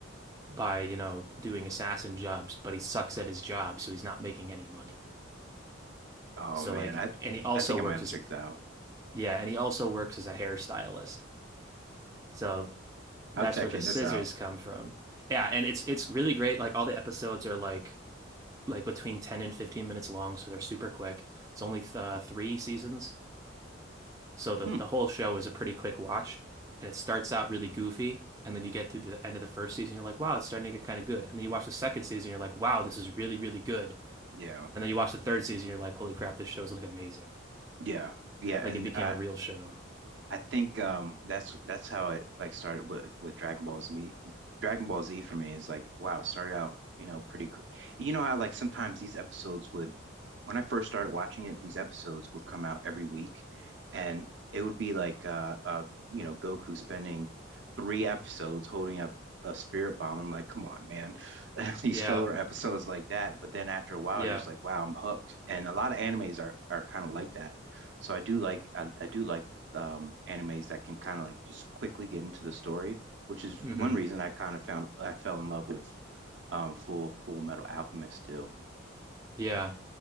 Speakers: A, on the right (about 15°); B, on the right (about 60°).
A: by, you know, doing assassin jobs, but he sucks at his job, so he's not making any money.
B: Oh
A: So
B: man,
A: like,
B: I
A: and he also
B: I think
A: works
B: I might have
A: as,
B: to check this out.
A: yeah, and he also works as a hairstylist. So
B: I'm
A: that's
B: checking
A: where the scissors
B: this out.
A: come from. Yeah, and it's it's really great. Like all the episodes are like like between 10 and 15 minutes long, so they're super quick. It's only uh, three seasons. So the
B: Hmm.
A: the whole show is a pretty quick watch, and it starts out really goofy, and then you get through the end of the first season, you're like, wow, it's starting to get kind of good. And then you watch the second season, you're like, wow, this is really, really good.
B: Yeah.
A: And then you watch the third season, you're like, holy crap, this show is like amazing.
B: Yeah. Yeah. And
A: Like it became
B: uh,
A: a real show.
B: I think um that's that's how it like started with with Dragon Ball Z. Dragon Ball Z for me is like wow, it started out, you know, pretty gr- You know how like sometimes these episodes would when I first started watching it, these episodes would come out every week and it would be like uh uh you know, Goku spending three episodes holding up a spirit bomb. I'm like, come on, man. <laughs> These
A: Yeah,
B: filler episodes like that. But then after a while,
A: yeah.
B: you're just like, wow, I'm hooked. And a lot of animes are are kind of like that. So I do like I, I do like um, animes that can kind of like just quickly get into the story, which is
A: hmm
B: one reason I kind of found I fell in love with um, Full Full Metal Alchemist too.
A: Yeah.